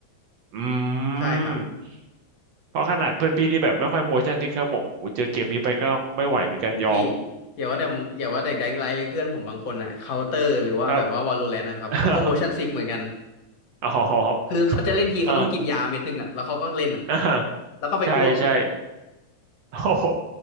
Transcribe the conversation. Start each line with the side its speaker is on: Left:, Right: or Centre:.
Right: อื
Left: ใช่ครับ
Right: มเพราะขนาดเพื่อนพี่ที่แบบไม่ค่อย motion sick เขาบอกโอ้เจอเกมนี้ไปก็ไม่ไหวเหมือนกันยอม
Left: โอ้พี่อย่าว่าแต่อย่าว่าแต่แดงไลท์เลยเพื่อนผมบางคนอะเคาน์เตอร์หรือว่าแบบว่าวาโลแรนต์นะครับเขาก็โมชั่นซิกเหมือนกัน
Right: ครับ <laughs> อ๋อ
Left: คือเขาจะเล่นทีเขาต้องกินยาเม็ดหนึ่งอะแล้วเขาก็เล่นอะ
Right: อ่าอ่า <laughs>
Left: แล้วก็ไปอ้วก
Right: ใช่ใช่ โอ้โห